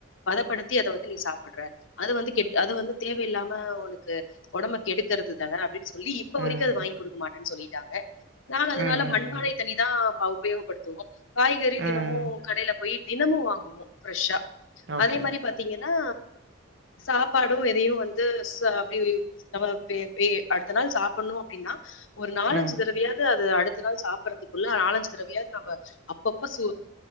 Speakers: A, on the left; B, on the right.
A: பதப்படுத்தி அத வந்து நீ சாப்டுற அது வந்து கெட் அது வந்து தேவயில்லாம உனக்கு ஒடம்ப கெடுக்கிறது தான அப்டின்னு சொல் சொல்லி இப்ப வரைக்கு
B: ம்.
A: அது வாங்கி கொடுக்க மாட்டேன்னு சொல்லிட்டாங்க நானு
B: ம்.
A: அதனால மண்பானை
B: ம்.
A: தண்ணி தா உபயோகப்படுத்துவோ காய்கறி
B: ம்.
A: தினமும் கடைல போய் தினமும் வாங்குவோம் ப்ரெஷ்ஷா
B: ஓகே.
A: அதே மாரி பாத்தீங்கன்னா சாப்பாடும் எதையும் வந்து ச அப்டி நம்ம அப்டிப்டியே அடுத்த நாள் சாப்பிட்ணு அப்டின்னா ஒரு நாலஞ்சு
B: ம்.
A: தடவையாது அது அடுத்த நாள் சாப்பறதுக்குள்ள நாலஞ்சு தடவையாவது நம்ப அப்போ ரொம்ப சு